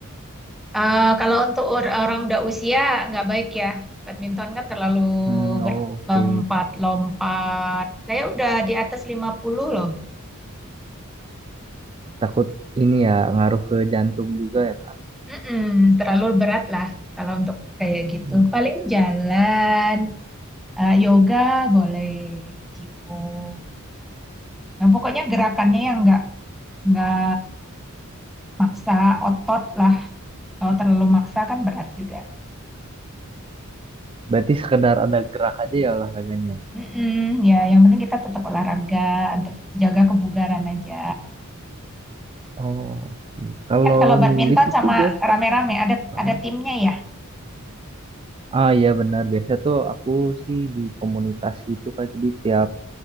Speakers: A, in the centre; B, on the right.
A: eh, kalau untuk or- orang udah usia nggak baik ya. Badminton kan terlalu
B: Hmm, oh,
A: berat. Lompat-lompat.
B: oke.
A: Saya udah di atas 50 loh.
B: Takut ini ya ngaruh ke jantung juga ya kak.
A: Mm-mm, terlalu berat lah kalau untuk kayak gitu.
B: Hmm.
A: Paling jalan, eh, yoga boleh, qigong. Nah, pokoknya gerakannya yang nggak nggak maksa otot lah. Kalau terlalu maksa kan berat juga.
B: Berarti sekedar ada gerak aja ya olahraganya.
A: Mm-mm, ya, yang penting kita tetap olahraga untuk jaga kebugaran aja.
B: Oh, oke. Kalau
A: Kan kalau badminton
B: nulis itu
A: sama
B: biasa.
A: rame-rame ada
B: Ah,
A: ada timnya ya.
B: ah, iya benar biasa tuh aku sih di komunitas itu kak. Jadi tiap